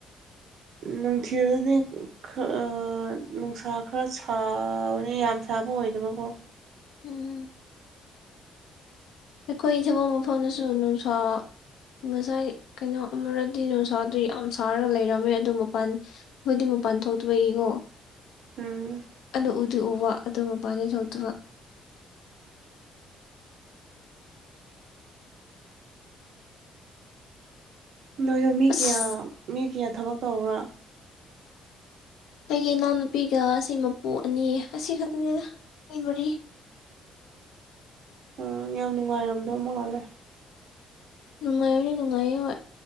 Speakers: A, on the right; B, on the left.
A: ꯅꯨꯡꯊꯤ ꯑꯗꯨꯗꯤ ꯈꯔ ꯅꯨꯡꯁꯥ ꯈꯔ ꯁꯥꯎꯅꯤ ꯌꯥꯝ ꯁꯥꯕ ꯑꯣꯏꯗꯕꯀꯣ
B: ꯎꯝꯝ ꯑꯩꯈꯣꯏꯒꯤ ꯊꯕꯛ ꯃꯐꯝꯗꯁꯨ ꯅꯨꯡꯁꯥ ꯉꯁꯥꯏ ꯀꯩꯅꯣ ꯑꯃꯔꯗꯤ ꯅꯨꯡꯁꯥꯗꯨ ꯌꯥꯝ ꯁꯥꯔꯒ ꯂꯩꯔꯝꯃꯦ ꯑꯗꯨ ꯃꯄꯥꯟ ꯍꯣꯏꯗꯤ ꯃꯄꯥꯟ ꯊꯣꯛꯇꯕꯒꯤꯀꯣ
A: ꯎꯝ
B: ꯑ ꯎꯗꯤ ꯎꯕ ꯑꯗꯨ ꯃꯃꯥꯟꯅꯦꯩ ꯊꯧꯗꯕ
A: ꯅꯣꯏꯗꯣ ꯃꯤ
B: ꯑꯁ
A: ꯀꯌꯥ ꯃꯤ ꯀꯌꯥ ꯊꯕꯛ ꯇꯧꯕ꯭ꯔꯥ
B: ꯑꯩꯒꯤ ꯏꯅꯥꯎꯅꯨꯄꯤꯒ ꯑꯁꯤ ꯃꯄꯨ ꯑꯅꯤ ꯑꯁꯤ ꯈꯛꯇꯪꯅꯤ ꯃꯤ ꯃꯔꯤ
A: ꯑꯣ ꯌꯥꯝ ꯅꯨꯡꯉꯥꯏꯔꯝꯗꯧ ꯃꯥꯜꯂꯦ
B: ꯅꯨꯡꯉꯥꯏꯕꯅꯦ ꯅꯨꯡꯉꯥꯏꯌꯦ ꯍꯣꯏ